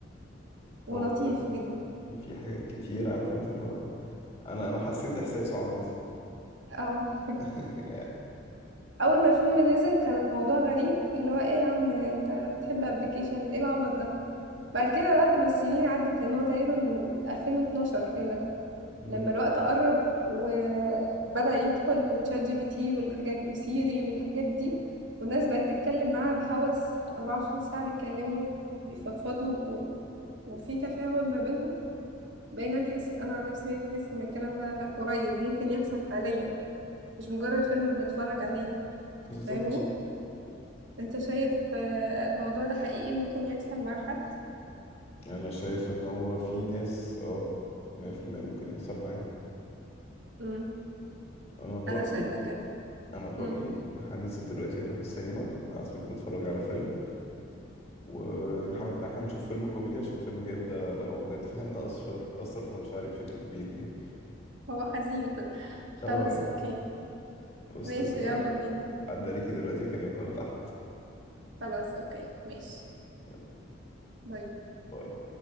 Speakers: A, on the right; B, on the left.
A: ولطيف
B: هو فعلا
A: جدا
B: في في حاجات كتير عارفه انت اللي هو انا انا حسيت احساسه عامه
A: اه <laughs>
B: <laughs> يعني.
A: اول ما الفيلم نزل كان الموضوع غريب اللي هو ايه يا عم انت بتحب ابلكيشن ايه العبط ده بعد كده بعد ما السنين عدت ان هو تقريبا من 2012 الفيلم ده
B: مهم.
A: لما الوقت قرب وبدأ يدخل تشات جي بي تي والحاجات وسيري والحاجات دي والناس بقت تتكلم معاها بهوس 24 ساعة بيتكلموا بيفضفضوا و... وفي تفاعل ما بينهم بقينا نحس انا عن نفسي بقيت احس ان الكلام ده لا قريب ممكن يحصل فعليا مش مجرد فيلم بنتفرج عليه
B: بالظبط
A: فاهمني انت شايف آه، الموضوع ده حقيقي ممكن يحصل مع حد
B: انا شايف ان هو في ناس اه 100% ممكن يحصل معاه
A: امم
B: انا برايي
A: انا شايفة كده
B: انا برايي
A: امم
B: إن إحنا هننزل دلوقتي نروح السينما عايزك نتفرج على فيلم ونحاول
A: امم
B: ان احنا نشوف فيلم كوميدي عشان فيلم هير ده لا هو بجد فعلا <laughs> اثر اثر في مشاعري بشكل كبير يعني
A: هو حزين <laughs>
B: اه
A: خلاص
B: يعني
A: اوكي
B: خلاص
A: ماشي
B: لو كده
A: يلا بينا
B: عدى عليكي دلوقتي اكلمك وانا تحت
A: خلاص اوكي ماشي
B: اوكي يلا
A: باي
B: باي